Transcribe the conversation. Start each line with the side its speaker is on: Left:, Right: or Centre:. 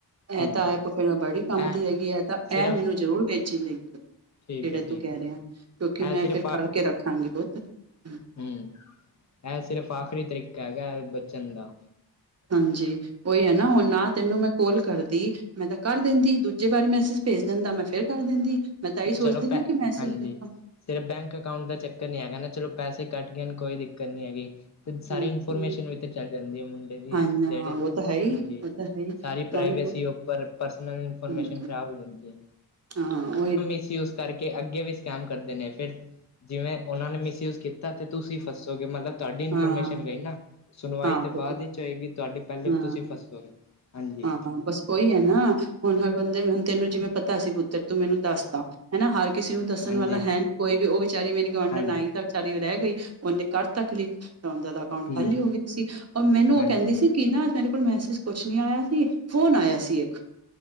Right: ਇਹ
Left: ਹਮ
Right: ਤਾਂ ਐਪ ਬੜੀ ਕੰਮ
Left: ਇਹ
Right: ਦੀ ਹੈਗੀ ਹੈ ਤਾਂ
Left: ਸਿਰਫ
Right: ਇਹ ਮੈਨੂੰ ਜ਼ਰੂਰ ਭੇਜੀ ਲਿੰਕ
Left: ਠੀਕ
Right: ਜੇੜਾ
Left: ਹੈ ਠੀਕ
Right: ਤੂੰ ਕਹਿ ਰਿਆ ਕਿਉਂਕਿ
Left: ਹੈ
Right: ਮੈਂ
Left: ਇਹ ਸਿਰਫ
Right: ਫਿਰ ਕਰਕੇ ਰੱਖਾਂਗੀ ਬੋਤ ਹੂੰ।
Left: ਹਮ ਇਹ ਸਿਰਫ਼ ਆਖਰੀ ਤਰੀਕਾ ਹੈਗਾ ਬਚਨ ਦਾ।
Right: ਹਾਂਜੀ ਉਹੀ ਹੈ ਨਾ ਹੁਣ ਨਾ ਤੈਨੂੰ ਮੈਂ ਕੋਲ ਕਰਦੀ। ਮੈਂ ਤਾਂ ਕਰ ਦਿੰਦੀ ਦੂਜੇ ਵਾਰੀ ਮੈਸੇਜ ਭੇਜ ਦਿੰਦਾ ਮੈਂ ਫਿਰ ਕਰ ਦਿੰਦੀ। ਮੈਂ ਤਾਂਹੀ
Left: ਚਲੋ
Right: ਸੋਚਦੀ
Left: ਪੈ
Right: ਹ ਕਿ ਮੈਸੇਜ
Left: ਹਾਂਜੀ
Right: ਦੇਖਾਂ।
Left: ਸਿਰਫ ਬੈਂਕ ਅਕਾਊਂਟ ਦਾ ਚੱਕਰ ਨਈ ਹੈਗਾ ਨਾ ਚਲੋ ਪੈਸੇ ਕੱਟ ਗਏ ਨੇ ਕੋਈ ਦਿੱਕਤ ਨਈ ਹੈਗੀ। ਫਿਰ ਸਾਰੀ
Right: ਹੂੰ
Left: ਇਨਫੋਰਮੇਸ਼ਨ ਵੀ ਚੱਲ ਜਾਂਦੀ ਹੈ ਮੁੰਡੇ ਦੀ
Right: ਹਾਂਜੀ ਹਾਂ
Left: ਜੇੜੇ
Right: ਉਹ
Left: ਹਾਂਜੀ।
Right: ਤਾਂ ਹੈ ਹੀ ਉਹ ਤਾਂ ਹੈ ਹੀ
Left: ਸਾਰੀ
Right: ਨਾਲੇ
Left: ਪ੍ਰਾਈਵੇਸੀ
Right: ਪੁੱਤ
Left: ਉਪਰ ਪ੍ਰਸਨਲ ਇਨਫੋਰਮੇਸ਼ਨ
Right: ਹਾਂਜੀ
Left: ਖਰਾਬ ਹੋ ਜਂਦੀ ਏ।
Right: ਹਾਂ ਓਈ।
Left: ਮਿਸਯੂਸ ਕਾਰਕੇ ਅੱਗੇ ਵੀ ਸਕੈਮ ਕਰਦੇ ਨੇ ਫੇਰ ਜਿਵੇ ਓਨਾ ਨੇ ਮਿਸਯੂਜ ਕੀਤਾ ਤੇ ਤੁਸੀ ਫਸੋਗੇ ਮਤਲਬ ਤਾਡੀ ਇਨਫੋਰਮੇਸ਼ਨ
Right: ਹਾਂ
Left: ਗਈ ਨਾ। ਸੁਨਵਾਈ
Right: ਹਾਂ
Left: ਤੇ
Right: ਪੁੱਤ
Left: ਬਾਦ ਏਚ ਓਏਗੀ ਤੁਆਡੀ ਪੈਲੇ
Right: ਹਾਂ
Left: ਤੁਸੀ ਫਸੋਗੇ। ਹਾਂਜੀ
Right: ਹਾਂ ਬਾੱਸ ਓਈ ਏ ਨਾ ਹੁਨ ਹਰ ਬਂਦੇ ਹੁਨ ਤੈਨੂੰ ਜਿਵੇ ਪਤਾ ਸੀ ਪੁੱਤਰ ਤੂੰ ਮੈਨੂੰ ਦਾੱਸਤਾ। ਹਨਾ ਹਰ ਕਿਸੇ ਨੂੰ ਦੱਸਨ
Left: ਹਾਂਜੀ
Right: ਵਾਲਾ ਹੈ ਕੋਈ ਵੀ ਓ ਵਿਚਾਰੀ ਮੇਰੀ ਗਵਾਂਢਨ
Left: ਹਾਂਜੀ
Right: ਆਈ ਤਾਂ ਵਿਚਾਰੀ ਓ ਰੈ ਗਈ ਓਨੇ ਕਾਰ ਤਾ ਕਲਿੱਕ ਤਾਂ ਓਂਦਾ ਦਾ ਅਕਾਊਂਟ
Left: ਹਮ
Right: ਖਾਲੀ ਹੋ ਗਯਾ ਸੀ, ਓ ਮੈਨੂੰ
Left: ਹਾਂਜੀ
Right: ਓ ਕੈਂਦੀ ਸੀ ਕੀ ਨਾ ਤੇਰੇ ਕੋਲ ਮੈਸਿਜ ਕੋਛ ਨੀ ਆਏਯਾ ਸੀ, ਫੋਨ ਆਏਆ ਸੀ ਏਕ।